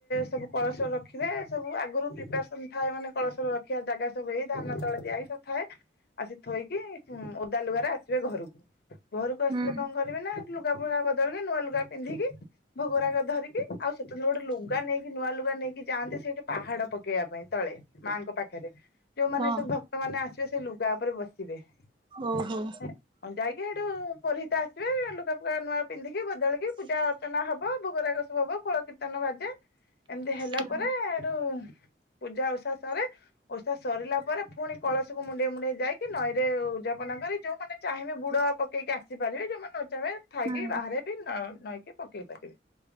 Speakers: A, on the left; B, on the right.
A: ସବୁ କଳସ ରଖିବେ। ସବୁ ଆଗରୁ ପ୍ରିପାରସନ ଥାଏ ମାନେ କଳସର ରଖିବା ଜାଗା ସବୁ ହେଇ ଧାନ ତଳେ ଦିଆଇ ସବୁ ଥାଏ। ଆସି ଥୋଇକି ଓଦା ଲୁଗାରେ ଆସିବେ ଘରକୁ ଘରକୁ ଆସିଲେ
B: ହୁଁ
A: କଣ କରି ବେନା ଲୁଗା ଫୁଗା ବଦଳବି ନୂଆ ଲୁଗା ପିନ୍ଧିକି ଭୋଗରାଗ ଧରିକି ଆଉ ସେତନ୍ତରେ ଗୋଟେ ଲୁଗା ନେଇକି ନୂଆ ଲୁଗା ନେଇକି ଯାଆନ୍ତି ସେଇଠି। ପାହାଡ ପକେଇବା ପାଇଁ ତଳେ ମାଆଙ୍କ ପାଖରେ। ଯୋଉମାନେ
B: ହଁ
A: ସବୁ ଭକ୍ତ ମାନ ଆସିବେ ସେ ଲୁଗା ଉପରେ ବସିବେ।
B: ଓହୋ
A: ହଁ ଯାଇକି ଏଇଠୁ ପୁରିହିତ ଆସିବେ ଲୁଗା ଫୁଗା ନୂଆ ପିନ୍ଧିକି ବଦଳିକି ପୂଜା ଅର୍ଚ୍ଚନା ହବ ଭୋଗରାଗ ସବ ହବ କୂଳ କୀର୍ତ୍ତନ ବାଜେ। ଏମିତି ହେଲା
B: ହୁଁ।
A: ପରେ ହେଠୁ ପୂଜା ଓଷା ସରେ ଓଷା ସରିଲା ପରେ ପୁଣି କଳସକୁ ମୁଣ୍ଡେଇ ମୁଣ୍ଡେଇ ଯାଇ ନଈରେ ଉଯାପନା କରି ଯୋଉମାନେ ଚାହିଁବେ ବୁଡ ପକେଇକି ଆସି ପାରିବେ ଯୋଉମାନେ ନ ଚାହିଁବେ ଥାଇକି
B: ହୁଁ।
A: ବାହାରେ ବି ନ ନଈକି ପକେଇ ପାରିବେ।